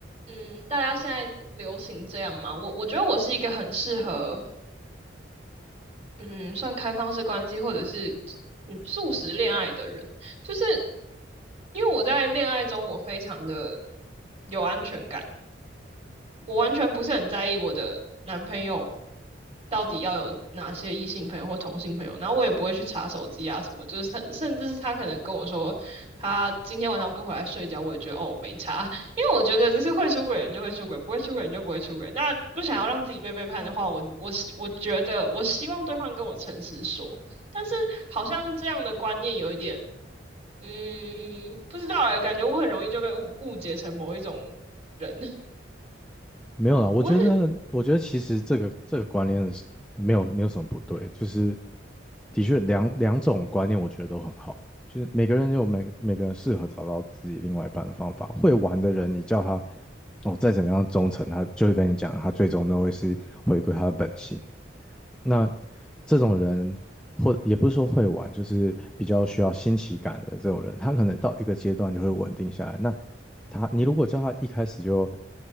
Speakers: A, on the right; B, in the centre.
A: 嗯，大家现在流行这样嘛，我我觉得我是一个很适合嗯，算开放式关系，或者是嗯素食恋爱的人，就是因为我在恋爱中我非常的有安全感，我完全不是很在意我的男朋友到底要有哪些异性朋友或同性朋友，然后我也不会去查手机啊什么，就是甚甚至是他可能跟我说他今天晚上不回来睡觉，我也觉得哦没查，因为我觉得就是会出轨人就会出轨，不会出轨人就不会出轨。那不想要让自己被背叛的话，我我我觉得我希望对方跟我诚实说，但是好像这样的观念有一点，嗯，不知道哎，感觉我很容易就被误误解成某一种人，
B: 没有啦，
A: <laughs>
B: 我觉得，
A: 我很。
B: 我觉得其实这个这个观念是没有没有什么不对，就是的确两两种观念我觉得都很好，就是每个人有每每个人适合找到自己另外一半的方法。会玩的人，你叫他哦再怎么样忠诚，他就是跟你讲，他最终都会是回归他的本性。那这种人，或也不是说会玩，就是比较需要新奇感的这种人，他可能到一个阶段就会稳定下来。那他，你如果叫他一开始就